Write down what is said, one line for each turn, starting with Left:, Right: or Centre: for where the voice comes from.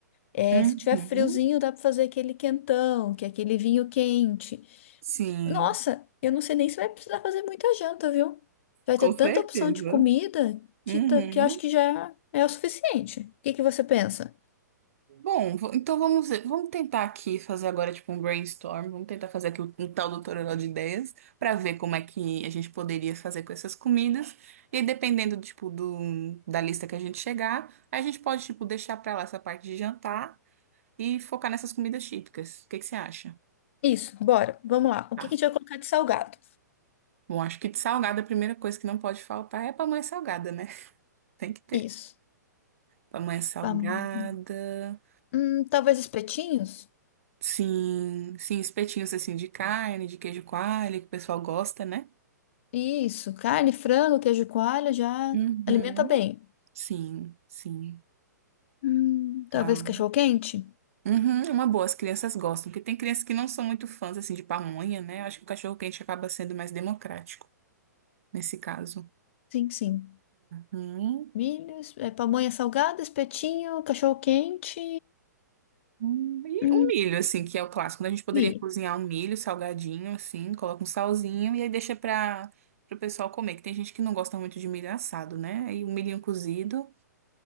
Left: É,
Right: uhum,
Left: se tiver friozinho, dá para fazer aquele quentão, que é aquele vinho quente.
Right: sim,
Left: Nossa, eu não sei nem se vai precisar fazer muita janta, viu? Vai
Right: com
Left: ter tanta
Right: certeza.
Left: opção de comida que,
Right: Uhum.
Left: tá- que eu acho que já é o suficiente. O que que você pensa?
Right: Bom, v- então vamos, ver- vamos tentar aqui fazer agora tipo um brainstorm, vamos tentar fazer aqui um, um tal do toró de ideias para ver como é que a gente poderia fazer com essas comidas. E aí, dependendo tipo do da lista que a gente chegar, a gente pode tipo deixar para lá essa parte de jantar e focar nessas comidas típicas. O que que você acha?
Left: Isso, bora. Vamos lá. O
Right: Tá.
Left: que que a gente vai colocar de salgado?
Right: Bom, acho que de salgada a primeira coisa que não pode faltar é a pamonha salgada, né? <laughs> Tem que ter.
Left: Isso.
Right: Pamonha salgada.
Left: Vam- Hum, talvez espetinhos?
Right: Sim, sim, espetinhos assim de carne, de queijo coalho, que o pessoal gosta, né?
Left: Isso. Carne, frango, queijo coalho já
Right: Uhum.
Left: alimenta bem.
Right: Sim, sim,
Left: Hum,
Right: tá.
Left: talvez cachorro-quente?
Right: Uhum, é uma boa, as crianças gostam, porque tem crianças que não são muito fãs, assim, de pamonha, né? Acho que o cachorro-quente acaba sendo mais democrático, nesse caso.
Left: Sim, sim.
Right: Uhum.
Left: Milho, es- é, pamonha salgada, espetinho, cachorro-quente,
Right: Hum, E
Left: hum,
Right: o milho, assim, que é o clássico, né? A gente poderia
Left: milho.
Right: cozinhar um milho salgadinho, assim, coloca um salzinho e aí deixa para o pessoal comer, que tem gente que não gosta muito de milho assado, né? E o milhinho cozido,